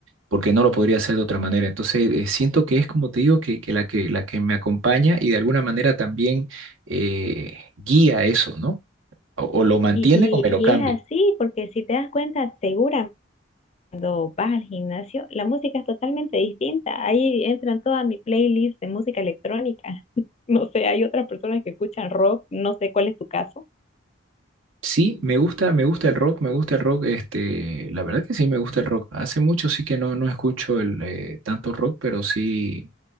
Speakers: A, on the right (about 80°); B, on the left (about 30°).
A: porque no lo podría hacer de otra manera. Entonces, eh, siento que es como te digo, que, que la que, la que me acompaña y de alguna manera también eh, guía eso, ¿no? O, o lo mantiene
B: Y,
A: o me
B: y,
A: lo cambia.
B: y es así, porque si te das cuenta, seguramente cuando vas al gimnasio, la música es totalmente distinta. Ahí entran toda mi playlist de música electrónica. <laughs> No sé, hay otras personas que escuchan rock, no sé cuál es tu caso.
A: Sí, me gusta, me gusta el rock, me gusta el rock, este, la verdad que sí me gusta el rock. Hace mucho sí que no, no escucho el, eh, tanto rock, pero sí,